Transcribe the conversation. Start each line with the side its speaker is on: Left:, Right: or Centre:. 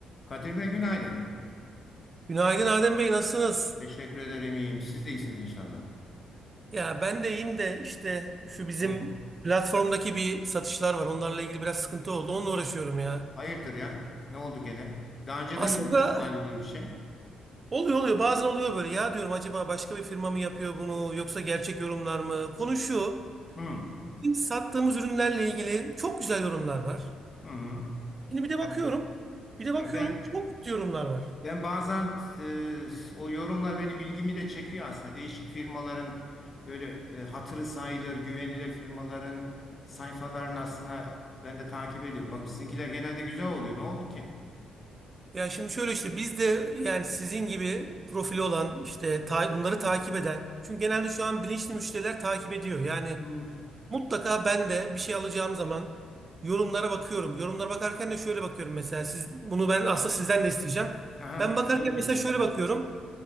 Left: Kadir Bey günaydın.
Right: Günaydın Adem Bey nasılsınız?
Left: Teşekkür ederim iyiyim. Siz de iyisiniz inşallah.
Right: Ya ben de iyiyim de işte şu bizim
Left: Yok.
Right: platformdaki bir satışlar var. Onlarla ilgili biraz sıkıntı oldu. Onunla uğraşıyorum ya.
Left: Hayırdır ya? Ne oldu gene? Daha önceden
Right: Aslında
Left: de olmuştu galiba böyle bir şey.
Right: oluyor oluyor. Bazen oluyor böyle. Ya diyorum acaba başka bir firma mı yapıyor bunu yoksa gerçek yorumlar mı? Konu şu.
Left: Hı. Hı.
Right: Bizim sattığımız ürünlerle ilgili çok güzel yorumlar var.
Left: hı.
Right: Şimdi bir de
Left: Ya,
Right: bakıyorum. Bir de bakıyorum
Left: ya ben
Right: çok kötü yorumlar var.
Left: ben bazen e, o yorumlar benim ilgimi de çekiyor aslında. Değişik firmaların böyle e, hatırı sayılır, güvenilir firmaların sayfalarını aslında ben de takip ediyorum. Bakın sizinkiler genelde güzel oluyor. Ne oldu ki?
Right: Ya şimdi şöyle işte biz de yani sizin gibi profili olan işte ta- bunları takip eden. Çünkü genelde şu an bilinçli müşteriler takip ediyor. Yani
Left: Hı.
Right: mutlaka ben de bir şey alacağım zaman yorumlara bakıyorum. Yorumlara bakarken de şöyle bakıyorum mesela siz bunu ben aslında sizden de isteyeceğim.
Left: Aha,
Right: Ben bakarken
Left: tabii ki.
Right: mesela şöyle bakıyorum.